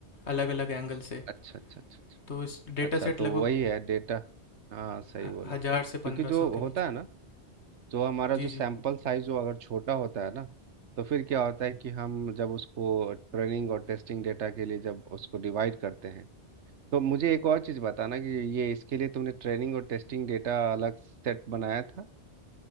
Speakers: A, on the left; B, on the right.
A: अलग अलग एंगल से
B: अच्छा अच्छा अच्छा अच्छा
A: तो इस डेटा
B: अच्छा,
A: सेट
B: तो
A: लगभग
B: वही है डेटा हाँ सही
A: ह-
B: बोला
A: हज़ार से
B: क्योंकि
A: पंद्रह
B: जो
A: सौ के
B: होता
A: बीच
B: है ना जो हमारा
A: जी
B: जो
A: जी
B: सैंपल साइज जो अगर छोटा होता है ना तो फिर क्या होता है कि हम जब उसको ट्रेनिंग और टेस्टिंग डेटा के लिए जब उसको डिवाइड करते हैं तो मुझे एक और चीज़ बताना कि ये इसके लिए तुमने ट्रेनिंग और टेस्टिंग डेटा अलग सेट बनाया था